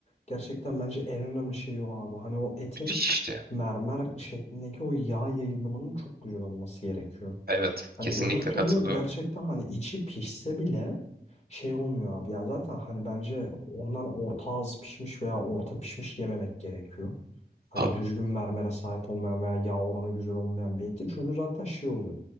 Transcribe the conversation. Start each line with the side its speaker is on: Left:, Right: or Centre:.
Left: gerçekten bence en önemli şeyi o abi. Hani o etin
Right: Müthiş işte.
Left: mermer şeklindeki o yağ yayılımının çok güzel olması gerekiyor.
Right: Evet
Left: Hani
Right: kesinlikle
Left: öbür türlü
Right: katılıyorum.
Left: gerçekten hani içi pişse bile şey olmuyor abi. Ya zaten hani bence ondan orta az pişmiş veya orta pişmiş yememek gerekiyor. Hani
Right: Abi
Left: düzgün mermere sahip olmayan veya yağ oranı güzel olmayan bir eti. Çünkü zaten şey oluyor.